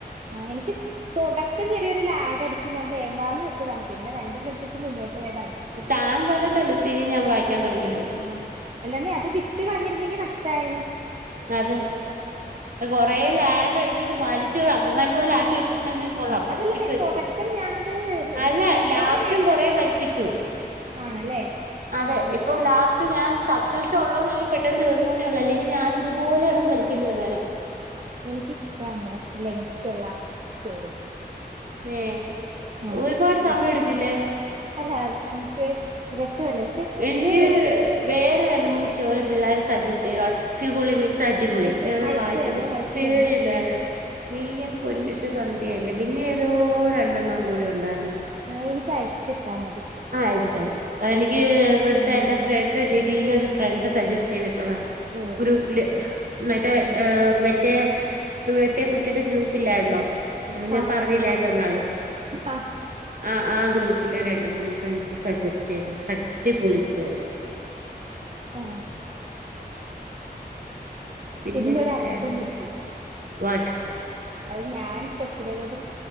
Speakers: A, on the right; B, on the right.
A: ആഹ് എനിക്ക് തുടക്കം ചെറിയൊരു ലാഗ് അടിച്ച് ഞാൻ വേണ്ടാന്ന് വെച്ച ച്ചതാണ് പിന്നെ രണ്ടും കൽപ്പിച്ച് മുന്നോട്ട് പോയതാണ്
B: താൻ പറഞ്ഞിട്ടാ ലുത്തിനി ഞാൻ വായിക്കാൻ തുടങ്ങിയത്
A: ആഹ് അല്ലാന്നെ അത് വിട്ട് കളഞ്ഞിരുന്നെങ്കി നഷ്ടയേനെ
B: അതെ കൊറെ
A: കള
B: ലാഗ് അടുപ്പിച്ച് വലിച്ചു റബർബാൻഡ് പോലെ ആക്കി വെച്ചിട്ടുണ്ടെ കൊള്ളം
A: ആ അതല്ലന്നേ
B: ഒപ്പിച്ച വെച്ചു
A: തുടക്കം ഞാനത്
B: അല്ല
A: പേര്
B: ലാസ്റ്റും
A: കേട്ടപ്പോ
B: കൊറ വലിപ്പിച്ചു
A: ആണല്ലേ
B: അതെ
A: ആ
B: ഇപ്പൊ ലാസ്റ്റ് പക്ഷ ഞാൻ സബസ്ക്രിപ്ഷ ഉള്ളല്ലെങ്ക പെട്ടന്ന് തീർന്നുന്നേ ഉള്ളൂ അല്ലെങ്കി ഞാൻ ഇതുപോലെ കെടന്ന് വിളിക്കേണ്ടി വന്നെനെ
A: ആഹ് എനിക്കിഷ്ടം അങ്ങനെ ലെങ്ത്ത്ള്ള സ്റ്റോറീസ്
B: ഏഹ്
A: ആഹ്
B: ഒരുപാട്
A: ലെ-
B: സമയം എടുക്കില്ലേ
A: അല്ല നമുക്ക് രസല്ല പക്ഷെ
B: എനിക്ക്
A: ഇത്
B: വേറെ രണ്ട് മൂന്ന് സ്റ്റോറി പിള്ളേർ സജസ്റ്റ് ചെയ്തു അടിപൊളി മീൻസ് അടിപൊളി
A: എനിക്ക്
B: ഞാൻ
A: അയച്ചു
B: വായിച്ച
A: തന്നെ
B: ഒത്തിരി
A: അയച്ചു തന്നെ
B: ഉണ്ടായ നീ എൻ പൊന്നുഷ സന്ധ്യയല്ലേ പിന്നെ ഏതോ രണ്ടെണ്ണംവും കൂടി ഉണ്ടായിരുന്നു
A: ആഹ് എനിക്ക് അയച്ചിട്ടാമതി
B: ആഹ് ശരിയ എനിക്ക് ഇവിടുത്തെ
A: ടൈം
B: എന്റെ
A: പോലെ
B: ഫ്രണ്ട് ലിബിയില ഒരു ഫ്രണ്ട് സജസ്റ്റ് ചെയ്തിട്ടതാ
A: ഓ
B: ഗ്രൂപ്പില് മറ്റേ
A: ആഹ്
B: മറ്റേ മറ്റേ കുട്ടിയുടെ ഗ്രൂപ്പ് ഇല്ലായിരുന്നോ ഞാൻ
A: ആഹ്
B: പറഞ്ഞില്ലായിരുന്നോ എന്നാള്
A: ആഹ്
B: ആഹ് ആഹ് ഗ്രൂപ്പില് രണ്ട് മൂന്ന് ഫ്രണ്ട്സ് സജസ്റ്റ് ചെയ്ത അട്ടിപോളി സ്റ്റോറി
A: ആഹ്
B: പിന്നെ
A: ഇന്നൊരു അബദ്ധം
B: വേറെന്താ
A: പറ്റി
B: വാട്ട്
A: അത് ഞാൻ കൊച്ചിനേ കൊണ്ട്